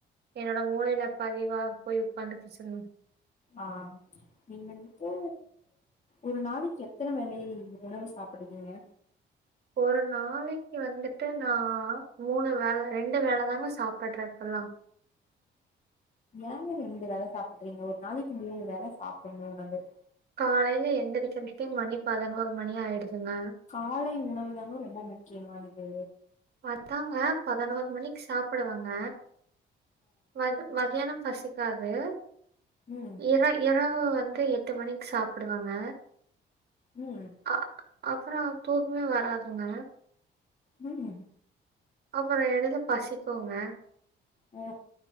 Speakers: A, on the right (about 55°); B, on the left (about 35°).
A: என்னோட மூளைல பதிவா போய் உக்காந்துகிச்சுங்க
B: ஆ நீங் வந்துட்டு ஒரு நாளைக்கு எத்தன வேலை உணவு சாப்புடுவீங்க
A: ஒரு நாளைக்கு வந்துட்டு நா மூனு வேல ரெண்டு வேல தாங்க சாப்புட்றே இப்பல்லா
B: ஏங்க ரெண்டு வேல சாப்பிட்றீங்க ஒரு நாளக்கி மூனு வேல சாப்புனு உணவு
A: காலைல எந்திரக்ற்க்கே மணி பதனொரு மணி ஆய்டுதுங்க
B: காலை உணவு தாங்க ரொம்ப முக்கியமானது
A: அதாங்க பதனொரு மணிக்கு சாப்டுவேங்க ம மதியானோ பசிக்காது
B: ம்
A: இரை இரவு வந்து எட்டு மணிக்கு சாப்டுவங்க
B: ம்
A: அ அப்றோ தூக்மே வராதுங்க
B: ம்
A: அப்றோ எடைல பசிக்குங்க
B: ஆ